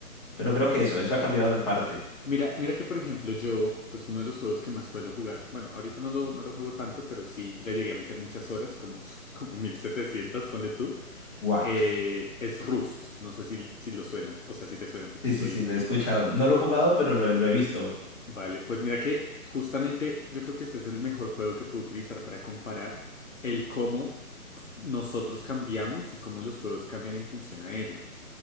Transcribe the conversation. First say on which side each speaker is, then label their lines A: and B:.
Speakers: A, on the left; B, on the left.
A: Pero creo que eso, eso ha cambiado en parte.
B: Mira, mira que por ejemplo yo, pues uno de los juegos que más suelo jugar, bueno, ahorita no lo, no lo juego tanto, pero sí le llegué a meter muchas horas, como, <laughs> como 1700, ponle tú,
A: ¡Guau!
B: eh, es Rust, no sé si, si lo suenas, o sea, si te suena, si te
A: Sí,
B: lo
A: sí, sí,
B: identificas.
A: lo he escuchado. No lo he jugado, pero lo, lo he visto.
B: Vale, pues mira que justamente yo creo que este es el mejor juego que puedo utilizar para comparar el cómo nosotros cambiamos y cómo los juegos cambian en función a ello